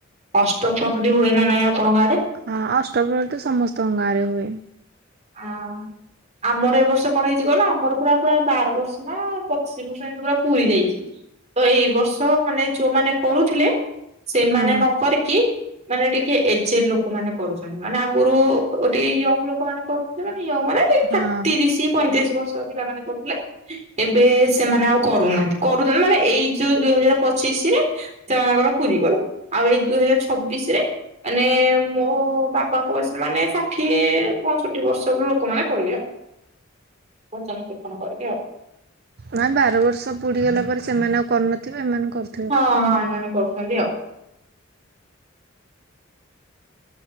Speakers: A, on the right (about 35°); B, on the right (about 50°).
A: ଅଷ୍ଟ ଫହରିୀ ହୁଏ ନା ନାଇଁ ଆପଣଙ୍କ ଆଡରେ
B: ହଁ ଅଷ୍ଟପହୀ ତ ସମସ୍ତଙ୍କ ଗାଁ ରେ ହୁଏ।
A: ହଁ ଆମର ଏ ବର୍ଷ କଣ ହେଇଛି ଗଲା ଆମର ପୁରା ପୁରା ବାର ବର୍ଷ ନା ପଚିଶ ବର୍ଷ ଏମତି ପୁରା ପୁରୀ ଯାଇଛି। ତ ଏଇ ବର୍ଷ ମାନେ ଯୋଉମାନେ କରୁଥିଲେ ସେମାନେ
B: ହୁଁ
A: ନ କରିକି ମାନେ ଟିକେ ଏଜେ ଲୋକ ମାନେ କରୁଛନ୍ତି ମାନେ ଆଗରୁ ଟିକେ ୟଙ୍ଗ ଲୋକ ମାନେ। କରୁଥିଲେ ମାନେ ୟ ମାନେ
B: ହଁ।
A: ତିରିଶ ପଇଁତିରିଶ ବର୍ଷ ପିଲାମାନୋନେ କରୁଥିଲେ। ଏବେ ସେମାନେ ଆଉ କରୁନାହାନ୍ତି କରୁଛନ୍ତି ମାନେ ଏଇ ଯୋଉ ଦୁଇ ହଜାର ପଚିଶି ରେ ସେମାନଙ୍କର ପୁରୀ ଗଲା ଆଉ ଏଇ ଦୁଇ ହଜାର ଛବିଶ ରେ ମାନେ ମୋ ବାବାଙ୍କ ବୟସରେ ମାନେ ଷାଠିଏ ଷଠି ବର୍ଷରୁ ଲୋକମାନୋନ କରିବେ ଆଉ ଭଜନ କୀର୍ତ୍ତନ କରିକି ଆଉ
B: ମାଇ ବାର ବର୍ଷ ପୁଡିଗଲା ପରେ ସେମାନେ ଆଉ କରିନଥିବେ ଏମାନେ କରି
A: ହଁ ହଁ ଏମାନେ କରୁଛନ୍ତି ଆଉ।